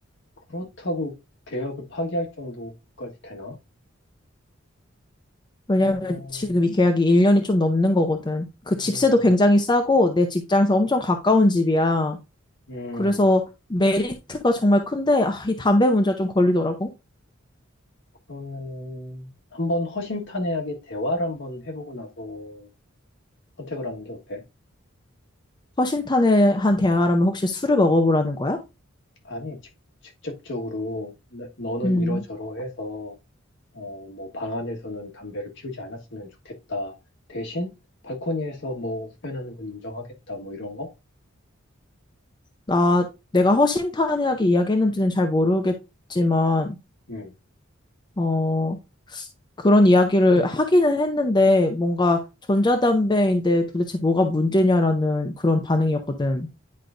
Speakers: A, on the left; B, on the left.
A: 그렇다고 계약을 파기할 정도까지 되나?
B: 왜냐면
A: 어,
B: 지금 이 계약이 1년이 좀 넘는 거거든. 그 집세도
A: 음,
B: 굉장히 싸고 내 직장에서 엄청 가까운 집이야.
A: 음,
B: 그래서 메리트가 정말 큰데 아, 이 담배 문제가 좀 걸리더라고.
A: 그러면 한번 허심탄회하게 대화를 한번 해보고 나서 선택을 하는 게 어때?
B: 허심탄회한 대화라면 혹시 술을 먹어보라는 거야?
A: 아니, 직, 직접적으로 나- 너는
B: 음.
A: 이러저러해서 어, 뭐 방 안에서는 담배를 피우지 않았으면 좋겠다. 대신 발코니에서 뭐 흡연하는 건 인정하겠다. 뭐 이런 거?
B: 나, 내가 허심탄회하게 이야기했는지는 잘 모르겠지만,
A: 음.
B: 어, 그런 이야기를 하기는 했는데, 뭔가 전자담배인데 도대체 뭐가 문제냐라는 그런 반응이었거든.